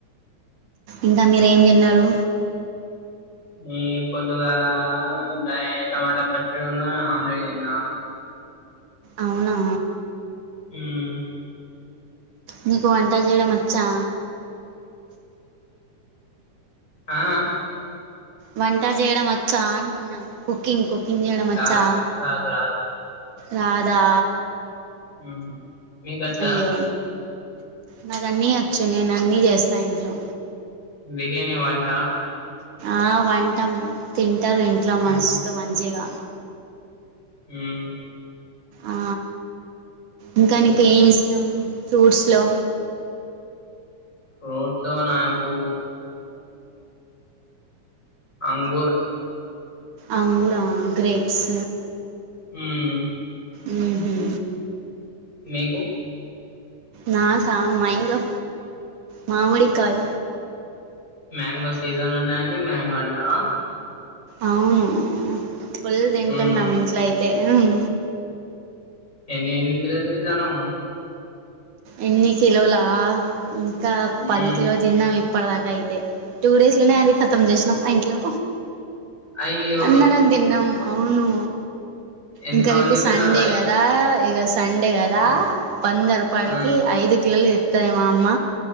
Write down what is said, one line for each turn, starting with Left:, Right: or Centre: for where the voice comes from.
Right: ఇంకా మీరు ఏం తిన్నారు
Left: ఈ పొద్దుగాల గయే టమోటా పచ్చడిను ఆమ్లెట్ తిన్న
Right: అవునా
Left: ఉమ్మ్
Right: నీకు వంట చేయడం వచ్చా
Left: ఆ ఆ
Right: వంట చేయడం వచ్చా అంటున్నా కుకింగ్ కుకింగ్ చేయడం వచ్చా
Left: రాదు రాదు రాదు
Right: రాదా
Left: ఉమ్మ్ మీకు అచ్చా
Right: అయ్యో నాకు అన్నీ అచ్చు నేను అన్ని చేస్తా ఇంట్లో
Left: బిరియాని వంట
Right: ఆ వంటాం తింటారు ఇంట్లో మస్తు
Left: ఉమ్
Right: మంచిగా
Left: ఉమ్మ్
Right: ఆ ఇంకా నీకేమీ ఇష్టం ఫ్రూట్స్‌లో
Left: ఫ్రూట్లో నాకు అంగూర్
Right: అంగూరా గ్రేప్స్
Left: ఉమ్మ్
Right: మ్మ్ఉమ్మ్
Left: మీకు
Right: నాకా మ్యాంగో మామిడికాయ్
Left: మ్యాంగో సీజన్ ఉన్నాయని మ్యాంగో అంటారా
Right: అవును ఫుల్ తింటున్నాం
Left: ఉమ్
Right: ఇంట్లో అయితే ఉమ్మ్
Left: ఎన్ని ఎన్ని కిలోలు తింటున్నావ్
Right: ఎన్ని కిలోలా ఇంకా పది
Left: ఉమ్
Right: కిలో తిన్నాం ఇప్పటి దాకా అయితే టూ డేస్‌లోనే అది కతం చేసినాం మా ఇంట్లో
Left: అయ్యో
Right: అందరం తిన్నాం అవును
Left: ఎంత
Right: ఇంకా
Left: మంది
Right: రేపు
Left: తిన్నారు
Right: సండే
Left: అవి
Right: క దా ఇగ సండే కదా
Left: ఉమ్
Right: వంద రూపాయలకి
Left: ఉమ్,
Right: ఐదు కిలోలు తెత్తది మా అమ్మ